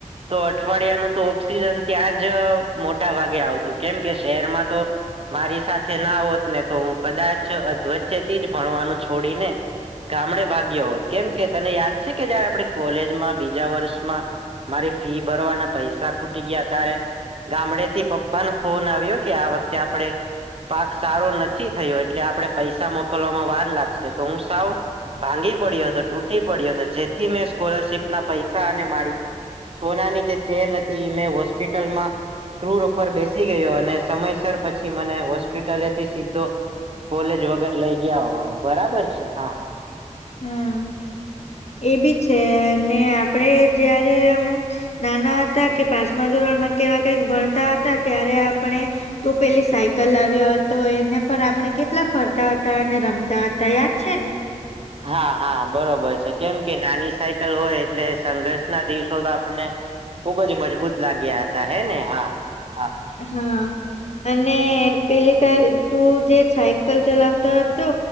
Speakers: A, on the right; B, on the left.
A: તો અઠવાડિયાનું તો ઓક્સિજન ત્યાં જ મોટા ભાગે આવતું. કેમ કે, શહેરમાં તો મારી સાથે ના હોત ને તો, હું કદાચ અધવચ્ચેથી જ ભણવાનું છોડી ને ગામડે ભાગ્યો હોત. કેમ કે, તને યાદ છે કે જયારે આપણે કોલેજમાં, બીજા વર્ષમાં મારી ફી ભરવાના પૈસા ખૂટી ગયા ત્યારે ગામડે થી પપ્પાનો ફોન આવ્યો, કે આ વખતે આપણે પાક સારો નથી થયો, એટલે આપણે પૈસા મોકલવામાં વાર લાગશે. તો હું સાવ ભાંગી પડ્યો હતો, તૂટી પડ્યો હતો, જેથી મેં સ્કૉલરશિપ ના પૈસા અને મારી સોના ની જે ચેન હતી, મેં હોસ્પિટલ માં સ્ક્રુર ઉપર બેસી <unintelligible> ગયો અને સમયસર પછી મને હોસ્પિટલેથી સીધો કોલેજ વગર લઈ ગયા બરાબર છે. હા.
B: હા. એ બી છે, અને આપડે જયારે આમ નાના હતા કે પાચમા ધોરણમાં કેવા કઈક ભણતા હતા ત્યારે આપણે તું પેલી સાયકલ લાવ્યો હતો એને પર આપણે કેટલા ફરતા હતા અને રમતા હતા યાદ છે ને
A: હા હા બરોબર છે કેમ કે નાની સાયકલ હોય એટલે સંઘર્ષ ના દિવસો તો આપને ખુબ જ મજબૂત લાગ્યા હતા હે ને હા હા.
B: હા. અને પેલી તાર તું જે સાયકલ ચલાવતો હતો.